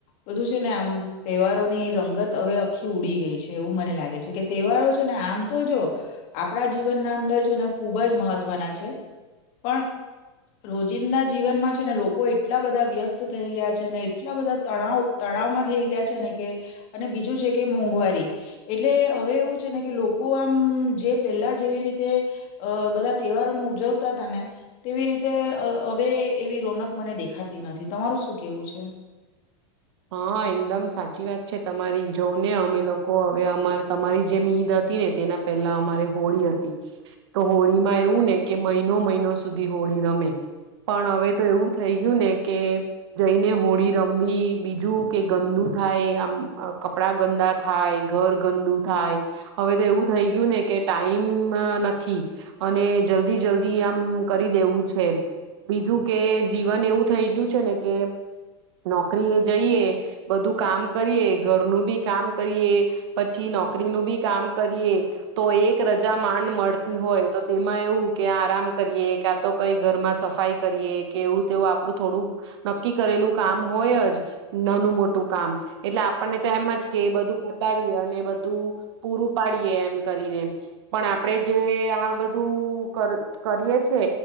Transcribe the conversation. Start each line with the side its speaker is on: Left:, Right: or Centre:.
Left: બધું છે ને આમ તહેવારોની રંગત હવે આખી ઉડી ગઈ છે, એવું મને લાગે છે કે તહેવારો છે ને આમ તો જો આપણા જીવનના અંદર છે ને ખૂબ જ મહત્વના છે, પણ રોજિંદા જીવનમાં છે ને લોકો એટલા બધા વ્યસ્ત થઈ ગયા છે ને એટલા બધા તણાવ તણાવમાં થઈ ગયા છે ને કે, અને બીજું છે કે મોંઘવારી એટલે હવે એવું છે ને કે લોકો આમ જે પેલા જેવી રીતે અ બધા તહેવારો ન ઉજવતા તા ને, તેવી રીતે હવે એવી રોનક મને દેખાતી નથી તમારું શું કેવું છું?
Right: હા એકદમ સાચી વાત છે તમારી, જોવ ને અમે લોકો હવે અમા તમારી જેમ ઈદ હતી ને તેના પહેલા અમારે હોળી હતી, તો હોળીમાં એવું ને કે મહિનો મહિનો સુધી હોળી રમે, પણ હવે તો એવું થઈ ગયું ને કે જઈને હોળી રમવી બીજું કે ગંદુ થાય આમ કપડા ગંદા થાય, ઘર ગંદુ થાય, હવે તો એવું થઈ ગયું ને કે ટાઈમ નથી અને જલ્દી જલ્દી આમ કરી દેવું છે, બીજું કે જીવન એવું થઈ ગયું છે ને કે નોકરી એ જઈએ બધું કામ કરીએ ઘરનું બી કામ કરીએ, પછી નોકરીનું બી કામ કરીએ તો એક રજા માંડ મડતી હોય તો તેમાં એવું કે આરામ કરીએ, કા તો કઈ ઘરમાં સફાઈ કરીએ, કે એવું તેવું આપડું થોડું નક્કી કરેલું કામ હોય જ નાનું મોટું કામ, એટલે આપર્ણે તો એમ જ કે બધું પતાવીએ અને બધું પૂરું પાડીએ એમ કરીને, પણ આપણે જે આ બધું કર કરીએ છે